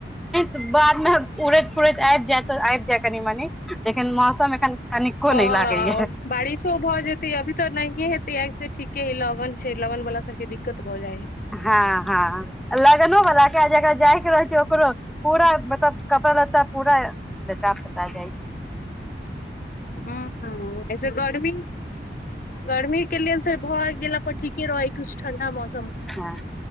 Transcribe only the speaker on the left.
ह
बारिशो भऽ जेतै अभी तऽ नहि हेत अइसे ठीके हइ लगन छै लगन वाला सबके दिक्कत भऽ जाइ है
हम एत्ते गर्मी गर्मी <unintelligible> के लेल फे भऽ गेला पर ठीके रह कुछ ठंडा मौस